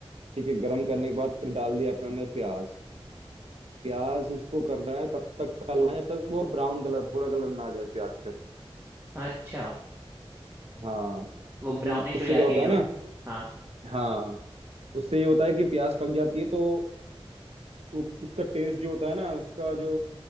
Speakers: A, on the right; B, on the right.
A: ठीक है गर्म करने के बाद फिर डाल दिया अपने ने प्याज प्याज उसको करना है तब तक तलना है जब तक वो ब्राउन कलर भूरा कलर ना आ जाए प्याज पे
B: अच्छा
A: हाँ
B: वो
A: उसे-
B: ब्राउनिश
A: उससे
B: हो जाती
A: क्या होता
B: है जो
A: है ना
B: हाँ
A: हाँ उससे ये होता है कि प्यास पक जाती है तो वो- उसका टेस्ट जो होता है ना उसका जो